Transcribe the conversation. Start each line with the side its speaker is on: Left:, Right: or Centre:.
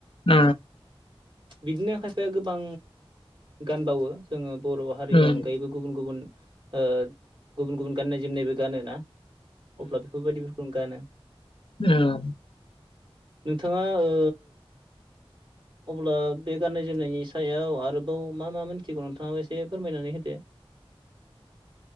Left: उम
Right: बिदिनो खायफाया गोबां गानबावो जोङो बर' हारिनि
Left: उम
Right: अनगायैबो गुबुन गुबुन ओ गुबुन गुबुन गाननाय जोमनायबो गानो ना? अब्ला बेफोर बायदिफोरखौनो गानो
Left: उम
Right: नोंथाङा ओ अब्ला बे गाननाय जोमनायनि सायाव आरोबाव मा मा मिथिगौ नोंथाङाबो एसे फोरमायनानै होदो